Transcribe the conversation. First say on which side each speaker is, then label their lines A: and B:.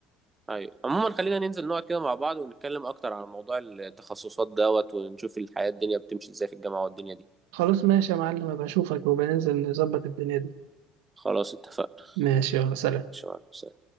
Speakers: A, on the right (about 20°); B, on the right (about 80°).
A: ايوه عموما خلينا ننزل نقعد كده مع بعض ونتكلم اكتر عن موضوع التخصصات دوت ونشوف الحياة الدنيا بتمشي ازاي في الجامعة والدنيا دي
B: خلاص ماشي يا معلم بشوفك وبننزل نظبط الدنيا دي
A: خلاص اتفقنا
B: ماشي يلا سلام
A: شكرا